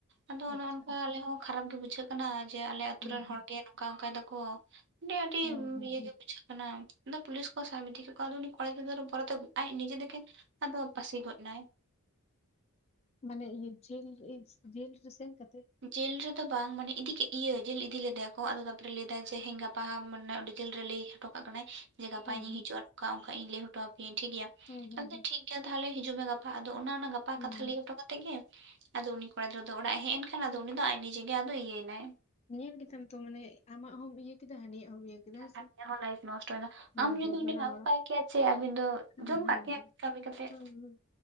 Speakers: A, on the right; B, on the left.
A: ᱟᱫᱚ ᱚᱱᱮ
B: ᱟᱪᱪᱷᱟ
A: ᱚᱱᱠᱟ ᱟᱞᱮ ᱦᱚᱸ ᱠᱷᱟᱨᱟᱯ ᱜᱮ ᱵᱩᱡᱷᱟᱹᱜ ᱠᱟᱱᱟ ᱡᱮ ᱟᱞᱮ ᱟᱹᱛᱩ
B: ᱦᱩᱸ
A: ᱨᱮᱱ
B: ᱦᱩᱸ
A: ᱦᱚᱲᱜᱮ ᱱᱚᱝᱠᱟ ᱚᱱᱠᱟᱭ ᱫᱟᱠᱚ᱾ ᱢᱟᱱᱮ ᱟᱹᱰᱤ
B: ᱦᱩᱸ ᱦᱩᱸ
A: ᱤᱭᱟᱹ
B: ᱦᱩᱸ
A: ᱜᱮ ᱵᱩᱡᱷᱟᱹᱜ ᱠᱟᱱᱟ᱾ ᱯᱩᱞᱤᱥ ᱠᱚ ᱥᱟᱵ ᱤᱫᱤ ᱠᱮᱜ ᱠᱚᱣᱟ ᱟᱫᱚ ᱩᱱᱤ ᱠᱚᱲᱟ ᱜᱤᱫᱽᱨᱟᱹ ᱟᱨᱦᱚ ᱯᱚᱨᱮᱛᱮ ᱟᱡ ᱱᱤᱡᱮ ᱛᱮᱜᱮ ᱟᱫᱚ ᱯᱟᱹᱥᱤ ᱜᱚᱫ ᱱᱟᱭ᱾
B: ᱢᱟᱱᱮ ᱤᱭᱟᱹ ᱡᱮᱞ <unintelligible> ᱡᱮᱞ ᱨᱮ ᱥᱮᱱ ᱠᱟᱛᱮᱜ
A: ᱡᱤᱞ ᱨᱮᱫᱚ ᱵᱟᱝ ᱢᱟᱱᱮ ᱤᱫᱤ ᱠᱮᱜ ᱤᱭᱟᱹ ᱡᱮᱞ ᱤᱫᱤ ᱞᱮᱫᱮᱭᱟ ᱠᱚ ᱟᱫᱚ ᱛᱟᱨᱯᱚᱨᱮ ᱞᱟᱹᱭ ᱫᱟᱭ ᱡᱮ ᱦᱮᱸ ᱜᱟᱯᱟ ᱢᱟᱱᱮ ᱚᱸᱰᱮ ᱡᱮᱞ ᱨᱮ ᱞᱟᱹᱭ ᱦᱚᱴᱚ ᱠᱟᱜ ᱠᱟᱱᱟᱭ ᱡᱮ ᱜᱟᱯᱟ
B: ᱦᱮᱸ
A: ᱤᱧ ᱧᱤᱧ
B: ᱦᱮᱸ
A: ᱦᱤᱡᱩᱜᱼᱟ ᱱᱚᱝᱠᱟ ᱚᱱᱠᱟ ᱤᱧ ᱞᱟᱹᱭ ᱦᱚᱴᱚ ᱟᱯᱮᱭᱟᱹᱧ ᱴᱷᱤᱠ ᱜᱮᱭᱟ
B: ᱦᱩᱸ ᱦᱩᱸ
A: <unintelligible>
B: ᱦᱩᱸ
A: ᱠᱮ ᱛᱟᱦᱚᱞᱮ ᱦᱤᱡᱩᱜ ᱢᱮ ᱜᱟᱯᱟ ᱟᱫᱚ ᱚᱱᱟ ᱚᱱᱟ ᱜᱟᱯᱟ
B: ᱦᱩᱸ
A: ᱠᱟᱛᱷᱟ
B: ᱦᱩᱸ
A: ᱞᱟᱹᱭ ᱦᱚᱴᱚ ᱠᱟᱛᱮ ᱜᱮ ᱟᱫᱚ ᱩᱱᱤ ᱠᱚᱲᱟ ᱜᱤᱫᱽᱨᱟᱹ ᱫᱚ ᱚᱲᱟᱜᱼᱮ ᱦᱮᱡ ᱮᱱ ᱢᱮᱱᱠᱷᱟᱱ ᱟᱫᱚ ᱩᱱᱤ ᱫᱚ ᱟᱡ ᱱᱤᱡᱮ ᱜᱮ ᱟᱫᱚ ᱤᱭᱟᱹᱭᱮᱱᱟᱭ᱾
B: ᱧᱮᱞ ᱜᱮᱛᱟᱢ ᱛᱚ ᱢᱟᱱᱮ ᱟᱢᱟᱜ ᱦᱚᱸᱢ ᱵᱤᱭᱮ ᱠᱮᱫᱟ ᱦᱟᱱᱤᱭᱟᱜ ᱦᱚᱢ ᱤᱭᱟᱹ ᱠᱮᱫᱟ ᱦᱮᱸ
A: <inaudible>
B: ᱥᱮ
A: ᱞᱟᱭᱤᱯᱷ ᱱᱚᱥᱴᱚᱭᱱᱟ
B: ᱦᱳᱭ
A: ᱟᱢ ᱡᱩᱫᱤ
B: ᱦᱳᱭ
A: ᱩᱱᱮᱢ
B: ᱵᱟᱱᱟ
A: ᱟᱹᱜᱩ
B: ᱦᱚᱲᱟᱜ
A: ᱠᱟᱭ ᱠᱮᱭᱟ ᱪᱮ ᱟᱹᱵᱤᱱ ᱫᱚ
B: ᱦᱮᱸ
A: ᱡᱚᱢ
B: ᱦᱮᱸ
A: ᱠᱟᱜ
B: ᱦᱮᱸ
A: ᱠᱮᱭᱟ, ᱠᱟᱹᱢᱤ ᱠᱟᱛᱮᱫ
B: ᱦᱮᱸ ᱦᱮᱸ